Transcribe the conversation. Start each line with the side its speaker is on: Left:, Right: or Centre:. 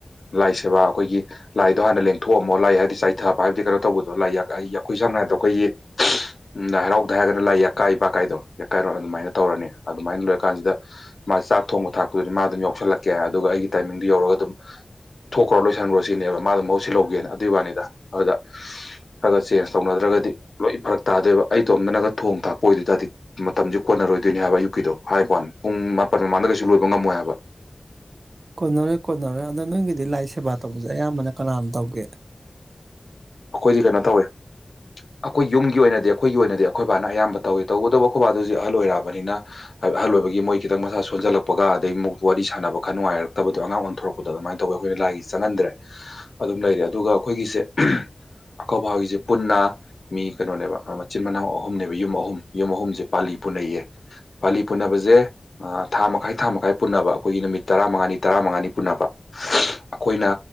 Left: ꯂꯥꯏ ꯁꯦꯕꯥ ꯑꯩꯈꯣꯏꯒꯤ ꯂꯥꯏꯗꯣ ꯍꯥꯟꯅ ꯂꯦꯡꯊꯣꯛꯑꯝꯃꯣ ꯂ ꯍꯥꯏꯕꯗꯤ ꯆꯥꯏꯊꯕ ꯍꯥꯏꯕꯗꯤ ꯀꯩꯅꯣ ꯇꯧꯕꯗꯣ ꯂꯥꯏ ꯑꯩꯈꯣꯏ ꯁꯝꯅ ꯍꯥꯏꯔꯕꯗ ꯑꯩꯈꯣꯏꯒꯤ ꯂꯥꯏ ꯍꯔꯥꯎꯕꯗ ꯍꯥꯏꯔꯒꯅ ꯂꯥꯏ ꯌꯥꯛꯀꯥꯏ ꯄꯀꯥꯏꯗꯣ ꯌꯥꯀꯥꯏꯔꯣꯜ ꯑꯗꯨꯃꯥꯏꯅ ꯇꯧꯔꯅꯤ ꯑꯗꯨꯃꯥꯏꯅ ꯂꯣꯏꯔꯀꯥꯟꯁꯤꯗ ꯃꯥꯒꯤ ꯆꯥꯛ ꯊꯣꯡꯕ ꯊꯥꯛꯄꯗꯨꯗꯤ ꯃꯥ ꯑꯗꯨꯝ ꯌꯥꯎꯁꯤꯜꯂꯛꯀꯦ ꯑꯗꯨꯒ ꯑꯩꯒꯤ ꯇꯥꯏꯃꯤꯡꯗꯨ ꯌꯧꯔꯒ ꯑꯗꯨꯝ ꯊꯣꯛꯈ꯭ꯔꯣ ꯂꯣꯏꯁꯤꯟꯈ꯭ꯔꯣ ꯁꯤꯅꯦꯕ ꯃꯥꯗꯣ ꯃꯍꯨꯠ ꯁꯤꯟꯂꯧꯒꯦꯅ ꯑꯗꯨꯒꯤ ꯋꯥꯅꯤꯗ ꯑꯗꯨꯗ ꯈꯔꯥ ꯆꯦꯟꯖ ꯇꯧꯅꯗ꯭ꯔꯒꯗꯤ ꯂꯣꯏ ꯐꯔꯛ ꯇꯥꯗꯣꯏꯕ ꯑꯩꯇꯣꯝꯗꯅꯒ ꯊꯣꯡ ꯊꯥꯛꯄ ꯑꯣꯏꯗꯣꯏ ꯇꯔꯗꯤ ꯃꯇꯝꯁꯤ ꯀꯣꯟꯅꯔꯣꯏꯗꯣꯏꯅꯤ ꯍꯥꯏꯕ ꯑꯌꯨꯛꯀꯤꯗꯣ ꯍꯥꯏꯕꯩ ꯋꯥꯅꯤ ꯄꯨꯡ ꯃꯥꯄꯟ ꯃꯃꯥꯡꯗ ꯀꯩꯁꯨ ꯂꯣꯏꯕ ꯉꯝꯃꯣꯏ ꯍꯥꯏꯕ
Right: ꯀꯣꯟꯅꯔꯦꯏ ꯀꯣꯟꯅꯔꯦꯏ ꯑꯗꯣ ꯅꯪꯒꯤꯗꯤ ꯂꯥꯏ ꯁꯦꯕꯥ ꯇꯧꯕꯁꯦ ꯑꯌꯥꯝꯕꯅ ꯀꯅꯥꯅ ꯇꯧꯒꯦ
Left: ꯑꯩꯈꯣꯏꯗꯤ ꯀꯩꯅꯣ ꯇꯧꯋꯦ ꯑꯩꯈꯣꯏ ꯌꯨꯝꯒꯤ ꯑꯣꯏꯅꯗꯤ ꯑꯩꯈꯣꯏꯒꯤ ꯑꯣꯏꯅꯗꯤ ꯑꯩꯈꯣꯏꯕꯥꯅ ꯑꯌꯥꯝꯕ ꯇꯧꯏꯤ ꯇꯧꯕꯇꯕꯨ ꯑꯩꯈꯣꯏꯕꯥꯗꯨꯖꯨ ꯑꯍꯜ ꯑꯣꯏꯔꯛꯑꯕꯅꯤꯅ ꯑꯍꯜ ꯑꯣꯏꯕꯒꯤ ꯃꯣꯏ ꯈꯤꯇꯪ ꯃꯁꯥ ꯁꯣꯟꯖꯜꯂꯛꯄꯒ ꯑꯗꯩ ꯃꯨꯛ ꯋꯥꯔꯤ ꯁꯥꯟꯅꯕ ꯈꯔ ꯅꯨꯡꯉꯥꯏꯔꯛꯇꯕꯗꯣ ꯑꯉꯥꯡ ꯑꯣꯟꯊꯣꯔꯛꯄꯗꯣ ꯑꯗꯨꯃꯥꯏꯅ ꯇꯧꯋꯤ ꯑꯩꯈꯣꯏꯅ ꯂꯥꯏꯒꯤ ꯆꯪꯍꯟꯗ꯭ꯔꯦ ꯑꯗꯨꯝ ꯂꯩꯔꯦ ꯑꯗꯨꯒ ꯑꯩꯈꯣꯏꯒꯤꯁꯦ ꯑꯈꯕꯒꯤꯁꯦ ꯄꯨꯟꯅ ꯃꯤ ꯀꯩꯅꯣꯅꯦꯕ ꯃꯆꯤꯟ ꯃꯅꯥꯎ ꯑꯍꯨꯝꯅꯦꯕ ꯌꯨꯝ ꯑꯍꯨꯝ ꯌꯨꯝ ꯑꯍꯨꯝꯁꯦ ꯄꯥꯜꯂꯤ ꯄꯨꯅꯩꯌꯦ ꯄꯥꯂꯤ ꯄꯨꯅꯕꯁꯦ ꯑꯥ ꯊꯥ ꯃꯈꯥꯏ ꯊꯥ ꯃꯈꯥꯏ ꯄꯨꯟꯅꯕ ꯑꯩꯈꯣꯏꯒꯤ ꯅꯨꯃꯤꯠ ꯇꯔꯥꯃꯉꯥꯅꯤ ꯇꯔꯥꯃꯉꯥꯅꯤ ꯄꯨꯟꯅꯕ ꯑꯩꯈꯣꯏꯅ